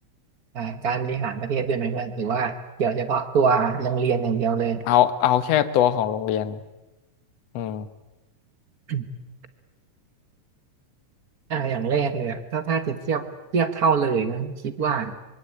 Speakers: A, on the right (about 45°); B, on the left (about 65°).
A: อ่าการบริหารประเทศด้วยไหมเพื่อนหรือว่าเกี่ยวเฉพาะตัวโรงเรียนอย่างเดียวเลย
B: เอาเอาแค่ตัวของโรงเรียนอืม
A: <clears throat> อ่าอย่างแรกเลยอะถ้าถ้าจะเทียบเทียบเท่าเลยนะคิดว่า